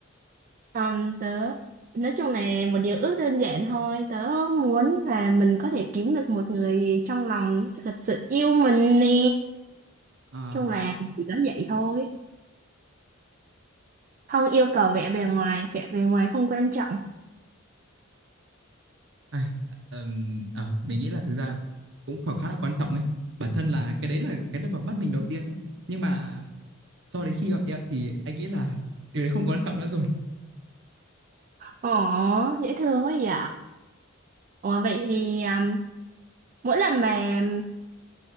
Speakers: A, on the right; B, on the right.
A: à, tớ nói chung là một điều ước đơn giản thôi tớ muốn là mình có thể kiếm được một người trong lòng thật sự yêu mình nè
B: Ờ,
A: chung là chỉ có vậy thôi không yêu cầu vẻ bề ngoài vẻ bề ngoài không quan trọng
B: ai, ừm, ờ, mình nghĩ là thực ra cũng khá khá là quan trọng ấy. Bản thân là cái đấy là cái đập vào mắt mình đầu tiên đó. Nhưng mà cho đến khi gặp em thì anh nghĩ là điều đấy không quan trọng nữa rồi.
A: ồ dễ thương quá vậy ồ vậy thì à, mỗi lần mà